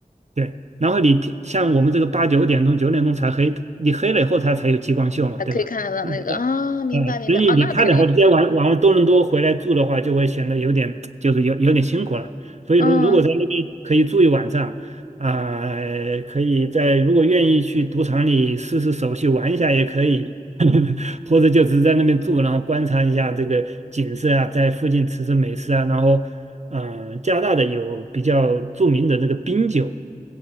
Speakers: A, on the right; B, on the left.
A: 对，然后你天像我们这个八九点钟、九点钟才黑，你黑了以后它才有激光秀嘛，
B: 还可以看得到那个啊，
A: 对吧？嗯，
B: 明白明白啊，
A: 呃，所以你看的话，
B: 那肯定，
A: 直接往往多伦多回来住的话，就会显得有点就是有有点辛苦了。所以如如果在那边可以住一晚上，
B: 嗯，
A: 啊、可以在如果愿意去赌场里试试手气玩一下也可以，<laughs> 或者就只是在那边住，然后观察一下这个景色啊，在附近吃吃美食啊，然后嗯、呃加拿大的有比较著名的这个冰酒。